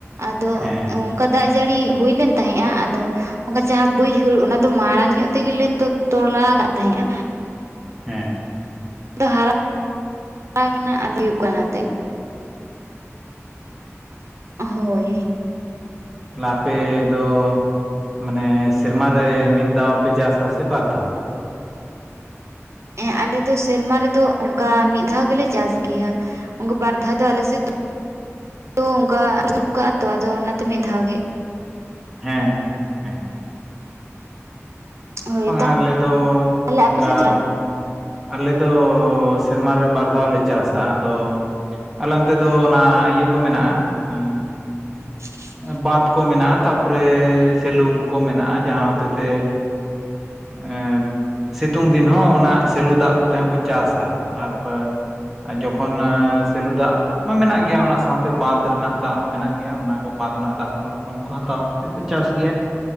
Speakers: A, on the right; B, in the centre.
A: ᱟᱫᱚ
B: ᱦᱮᱸ
A: ᱚᱱᱠᱟ ᱫᱟᱜ ᱡᱟᱹᱲᱤ ᱦᱩᱭ ᱞᱮᱱ ᱛᱟᱦᱮᱸᱜᱼᱟ ᱟᱫᱚ ᱼᱼ ᱚᱱᱠᱟ ᱡᱟᱦᱟᱸ ᱵᱟᱹᱭᱦᱟᱹᱲ ᱚᱱᱟ ᱫᱚ ᱢᱟᱲᱟᱝ ᱧᱚᱜ ᱛᱮᱜᱮᱞᱮ ᱛᱩᱫ ᱛᱚᱞᱟ ᱠᱟᱜ ᱛᱟᱦᱮᱸᱜᱼᱟ।
B: ᱦᱮᱸ
A: ᱫᱚ ᱦᱟᱨᱟ ᱠᱟᱱᱟ ᱟᱨ ᱦᱩᱭᱩᱜ ᱠᱟᱱᱟ ᱛᱮ ᱦᱳᱭ
B: ᱛᱟᱦᱚᱞᱮ ᱟᱯᱮ ᱫᱚ? ᱢᱟᱱᱮ ᱥᱮᱨᱢᱟᱨ ᱨᱮ ᱢᱤᱫ ᱫᱷᱟᱣ ᱯᱮ ᱪᱟᱥᱟ ᱥᱮ ᱵᱟᱨ ᱫᱷᱟᱣ?
A: ᱦᱮᱸ ᱟᱞᱮ ᱫᱚ ᱥᱮᱨᱢᱟ ᱨᱮᱫᱚ ᱚᱱᱠᱟ ᱢᱤᱫ ᱫᱷᱟᱣ ᱜᱮᱞᱮ ᱪᱟᱥ ᱜᱮᱭᱟ᱾ ᱚᱱᱠᱟ ᱵᱟᱨᱫ ᱫᱷᱟᱣ <inaudible> ᱟᱫᱚ ᱟᱞᱮᱥᱮᱫ ᱫᱚ ᱚᱱᱮ ᱚᱱᱠᱟ ᱟᱛᱚ ᱟᱫᱚ ᱚᱱᱟᱛᱮ ᱢᱤᱫ ᱫᱷᱟᱣ ᱜᱮ
B: ᱦᱮᱸ ᱦᱮᱸ
A: ᱦᱳᱭ
B: ᱵᱟᱝᱟ ᱟᱞᱮ ᱫᱚ
A: ᱛᱟᱦᱚᱞᱮ
B: ᱚᱱᱠᱟ
A: ᱟᱯᱮ ᱥᱮᱫ
B: ᱼᱼ ᱟᱞᱮ ᱫᱚ ᱥᱮᱨᱢᱟ ᱨᱮ ᱵᱟᱨ ᱫᱷᱟᱣ ᱞᱮ ᱪᱟᱥᱟ᱾ ᱟᱫᱚ ᱼᱼ ᱟᱞᱮ ᱚᱱᱛᱮ ᱫᱚ ᱚᱱᱟ ᱤᱭᱟᱹ ᱠᱚ ᱢᱮᱱᱟᱜᱼᱟ ᱮᱸᱻ
A: <inaudible>
B: ᱵᱟᱸᱫᱷ ᱠᱚ ᱢᱮᱱᱟᱜᱼᱟ ᱛᱟᱯᱚᱨᱮ ᱥᱮᱞᱩ ᱠᱚ ᱢᱮᱱᱟᱜᱼᱟ᱾ ᱡᱟᱦᱟᱸ ᱦᱚᱛᱮ ᱛᱮ ᱼᱼ ᱮᱸᱻ ᱥᱤᱛᱩᱝ ᱫᱤᱱ ᱦᱚᱸ ᱚᱱᱟ ᱼᱼ ᱥᱮᱞᱩ ᱫᱟᱜ ᱠᱚᱛᱮ ᱦᱚᱸᱠᱚ ᱪᱟᱥᱟ ᱟᱨ ᱡᱚᱠᱷᱚᱱ ᱥᱮᱞᱚ ᱫᱟᱜ ᱼᱼ ᱢᱟ ᱢᱮᱱᱟᱜ ᱜᱮᱭᱟ ᱚᱱᱟ ᱥᱟᱶᱛᱮ ᱵᱟᱸᱫ ᱨᱮᱱᱟᱜ ᱫᱟᱜ ᱦᱚᱸ ᱢᱮᱱᱟᱜ ᱜᱮᱭᱟ ᱚᱱᱟ ᱠᱚ ᱵᱟᱸᱫ ᱨᱮᱱᱟᱜ ᱫᱟᱜ ᱠᱚᱨᱮᱠᱚ ᱦᱟᱛᱟᱣ ᱠᱚ ᱪᱟᱥ ᱜᱮᱭᱟ।